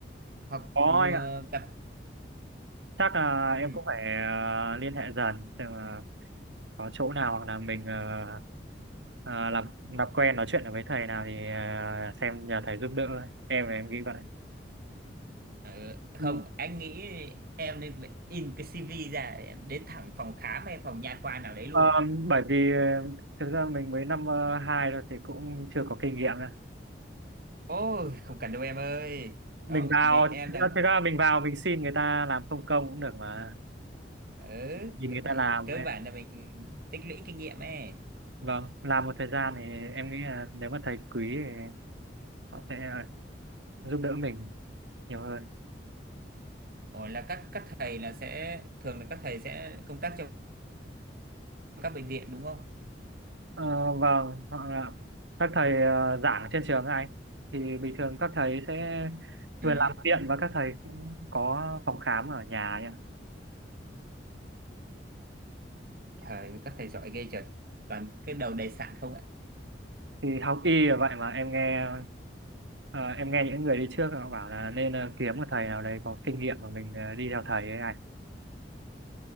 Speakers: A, on the right; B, on the right.
A: ờ, học
B: có
A: uh,
B: anh ạ
A: tập
B: chắc là
A: Ừ.
B: em cũng phải ờ, liên hệ dần xem là có chỗ nào hoặc là mình ờ, à, làm làm quen nói chuyện được với thầy nào thì à, xem nhờ thầy giúp đỡ thôi. em là em nghĩ vậy
A: Ờ, không,
B: Ừ.
A: anh nghĩ em nên in cái CV ra em đến thẳng phòng khám hay phòng nha khoa nào đấy luôn.
B: Ờ, bởi vì ờ, thực ra mình mới năm ờ, hai thôi thì cũng chưa có kinh nghiệm đâu.
A: Ôi, không cần đâu em ơi. Ờ,
B: Mình vào
A: mẹ em
B: thực
A: đang
B: ra, thực ra mình vào mình xin người ta làm không công cũng được mà
A: ừ,
B: nhìn
A: cơ
B: người
A: vậy
B: ta làm
A: cơ
B: ấy
A: bản là mình tích lũy kinh nghiệm ấy.
B: vâng làm một thời gian thì em nghĩ là nếu mà thầy quý thì họ sẽ giúp đỡ mình nhiều hơn
A: Ồ là các các thầy là sẽ thường là các thầy sẽ công tác trong các bệnh viện đúng không?
B: Ờ, vâng, hoặc là các thầy ờ, giảng ở trên trường này thì bình thường các thầy sẽ
A: Ừ.
B: vừa làm viện và các thầy cũng có phòng khám ở nhà ấy ạ.
A: Trời ơi, các thầy giỏi ghê trời. Toàn cái đầu đầy sạn không
B: Thì học y là vậy mà em nghe ờ, em nghe những người đi trước họ bảo là nên ờ, kiếm một thầy nào đấy có kinh nghiệm và mình ờ, đi theo thầy ấy anh.